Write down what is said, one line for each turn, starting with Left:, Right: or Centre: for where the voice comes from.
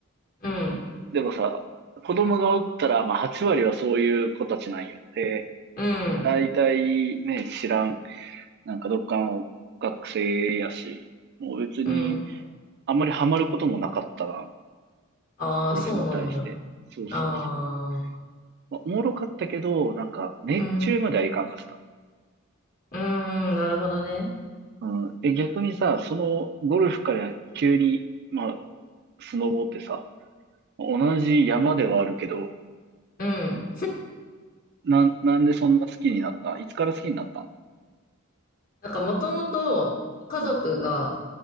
Left: うん、
Right: でもさ、子供がおったら、まあ、8割はそういう子たちなんよ。で、
Left: うん、
Right: 大体ね、知らん、なんかどっかの学生やし、もう別に、
Left: うん。
Right: あんまりハマることもなかったな、
Left: ああ、
Right: ゴルフに対して。
Left: そうなんや。あ
Right: そうそうそう。
Left: あ、
Right: まあ、おもろかったけど、なんか、熱中まではいかんかった。
Left: うん、うーん、なるほどね。
Right: うん。え、逆にさ、その、ゴルフから急に、まあ、スノボってさ、同じ山ではあるけど、
Left: うん。
Right: なん、なんでそんな好きになったいつから好きになったの
Left: なんかもともと家族が、
Right: うん。